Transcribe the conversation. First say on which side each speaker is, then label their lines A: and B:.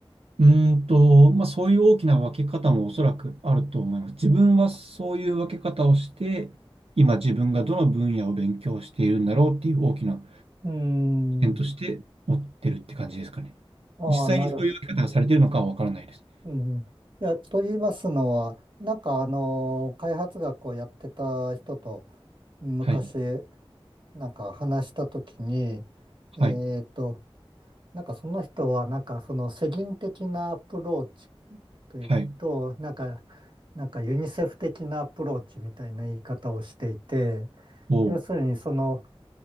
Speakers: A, on the right (about 90°); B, on the right (about 55°).
A: うんと、まあ、そういう大きな分け方もおそらくあると思います。自分はそういう分け方をして、今自分がどの分野を勉強しているんだろうっていう大きな
B: うーん。
A: 点として持ってるって感じですかね。
B: ああ、
A: 実際にそういう分け方がされているのかはわからないです。
B: なる。うん。いや、と言いますのは、なんかあの、開発学をやってた人と昔、
A: はい、
B: なんか話したときに、えっと、
A: はい、
B: なんかその人は、なんかその世銀的なアプローチというと、
A: はい、
B: なんか、なんかユニセフ的なアプローチみたいな言い方をしていて、
A: おう、
B: 要するにその、